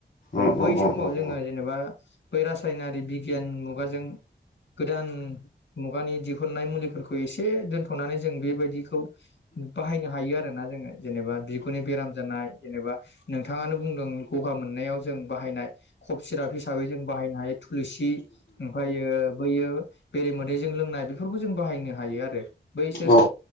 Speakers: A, on the left; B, on the left.
A: औ
B: अ
A: बै समाव
B: अ अ
A: जोङो जेनेबा बै रासायनारि बिगियाननि मुगाजों गोदान मुगानि दिहुननाय मुलिफोरखौ एसे दोनथ'नानै जों बेबायदिखौ बाहायनो हायो आरो ना जोङो जेनेबा बिगुरनि बेराम जानाय जेनेबा नोंथाङानो बुंदों गगा मोननायाव जों बाहायनाय खब सिराप हिसाबै जों बाहायनो हायो थुलसि ओमफ्रायो बैयो बेरे मोदैजों लोंनाय बेफोरखौ जों बाहायनो हायो आरो बैसोर
B: अ